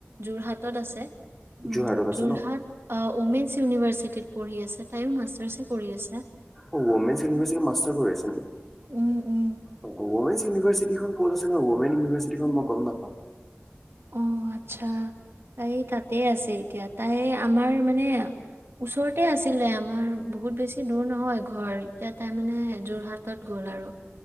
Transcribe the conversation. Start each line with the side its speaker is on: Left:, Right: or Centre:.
Right: যোৰহাট তত আছে উ
Centre: যোৰহাটত আছে
Right: যোৰহাট
Centre: ন?
Right: ওমেন্ছ ইউনিভাৰ্চিটিত পঢ়ি আছে তাইো মাষ্টাৰছে কৰি আছে
Centre: অ উমেন ইউনিভাৰ্চিটিৰ মাষ্টাৰ হৈ আ নে
Right: উম, উম,
Centre: অমেন ইউনিভাৰ্চিটিখন 'কত আছে ন অমেন ইউভাৰ্চিট মই গম নাপওঁ
Right: অ আচ্ছা তাই এই তাতে আছে এতিয়াত তাই আমাৰ মানে ওচৰতে আছিলে আমাৰ বহুত বেছি দূৰ নহয় ঘৰ এতিয়া তাই মানে যোৰহাটত গ'ল আৰু